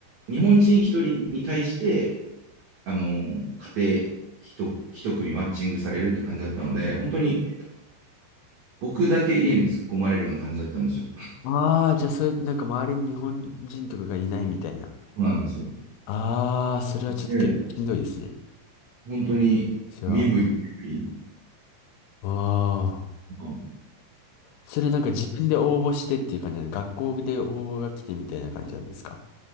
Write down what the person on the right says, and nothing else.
日本人一人に対して、あの、家庭一一組マッチングされるって感じだったので、本当に僕だけ家に突っ込まれるような感じだったんですよ。
そうなんですよ。
で、本当に身振り手振り。
まあ